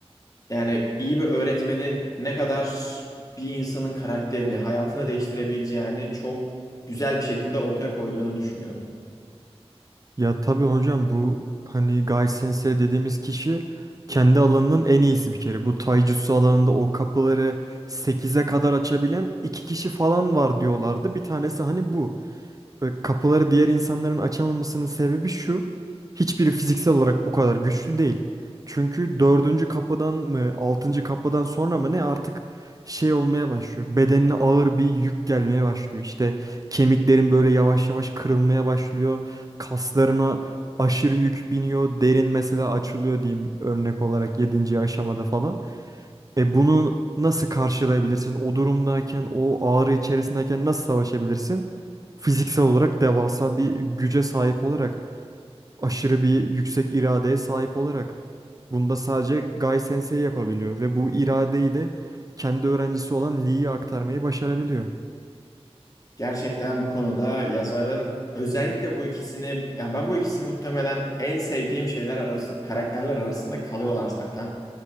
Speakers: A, on the left (about 35°); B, on the right (about 35°).
A: yani iyi bir öğretmenin ne kadar bir insanın karakterini, hayatını değiştirebileceğini çok güzel bir şekilde ortaya koyduğunu düşünüyorum.
B: Ya tabii hocam bu hani Gai Sensei dediğimiz kişi kendi alanının en iyisi bir kere. Bu Taijutsu alanında o kapıları sekize kadar açabilen iki kişi falan var diyorlardı. Bir tanesi hani bu. Böyle kapıları diğer insanların açamamasının sebebi şu. Hiçbiri fiziksel olarak bu kadar güçlü değil. Çünkü dördüncü kapıdan mı, altıncı kapıdan sonra mı ne artık şey olmaya başlıyor. Bedenine ağır bir yük gelmeye başlıyor. İşte kemiklerin böyle yavaş yavaş kırılmaya başlıyor. Kaslarına aşırı yük biniyor. Derin mesela açılıyor diyeyim örnek olarak yedinci aşamada falan. E bunu nasıl karşılayabilirsin? O durumdayken, o ağrı içerisindeyken nasıl savaşabilirsin? Fiziksel olarak devasa bir güce sahip olarak, aşırı bir yüksek iradeye sahip olarak. Bunda sadece Gai Sensei yapabiliyor ve bu iradeyi de kendi öğrencisi olan Lee'ye aktarmayı başarabiliyor.
A: Gerçekten bu konuda yazarın özellikle bu ikisini ya ben bu ikisi muhtemelen en sevdiğim şeyler arasında karakterler arasında kalıyorlar zaten.